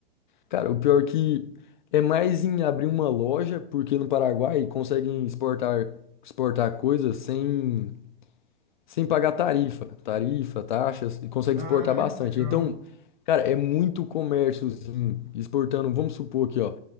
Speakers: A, on the left (about 50°); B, on the right (about 35°).
A: Cara, o pior que é mais em abrir uma loja, porque no Paraguai conseguem exportar, exportar coisas sem, sem pagar tarifa, tarifa, taxas, e conseguem
B: Ah,
A: exportar bastante.
B: ah, que legal.
A: Então, cara, é muito comérciozinho exportando, vamos supor aqui, ó,